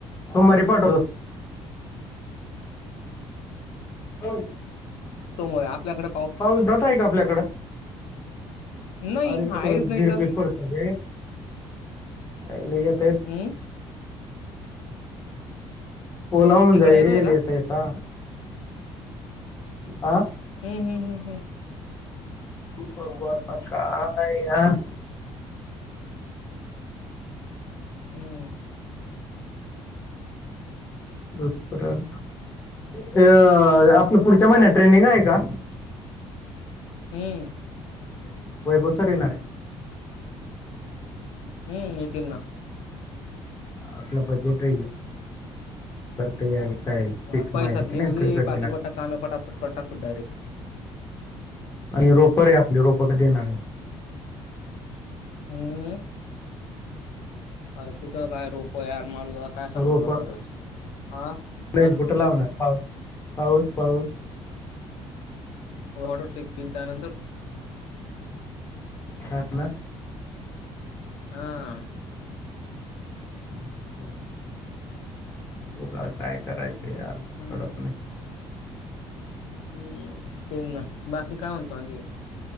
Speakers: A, on the left; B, on the left.
A: सोमवारी पाठवतो. हो.
B: सोमवारी आपल्याकड
A: पाऊस जात आहे का आपल्याकडं
B: नाही
A: <unintelligible>
B: आहेच नाही तर हम्म
A: ओला होवून
B: तिकडे
A: जाईल.
B: येतोय का
A: येता येता. आ.
B: हम्म हम हम्म हम.
A: बघू आता. काय यार?
B: हम्म
A: दुसरं. ते आपलं पुढच्या महिन्यात ट्रेनिंग आहे का?
B: हम्म.
A: <unintelligible> वैभव सर येणार.
B: हम्म. येतील ना.
A: आपलं बजेट करता याल काय? फिक्स
B: हा, पैसा
A: माहिती
B: तर
A: की
B: येऊ
A: नाही
B: दे
A: कधी
B: बाकी
A: येणार?
B: बटा कामे पटापट टाकू डायरेट.
A: आणि रोपं रे आपले रोप कधी येणार?
B: हम. अरे कुठं काय रोप यार माल काय सांगू
A: रोप
B: तुला खरंच हा.
A: नाही
B: अजून
A: कुठे लावणार? पाऊस पाऊस
B: ऑर्डर फिक्स होईल त्यानंतर
A: हा ना.
B: ह.
A: हम्. बघुया काय करायचं यार?
B: हम्म
A: कलत नाही.
B: हम्म ते ना. बाकी काय म्हणतो आणखी?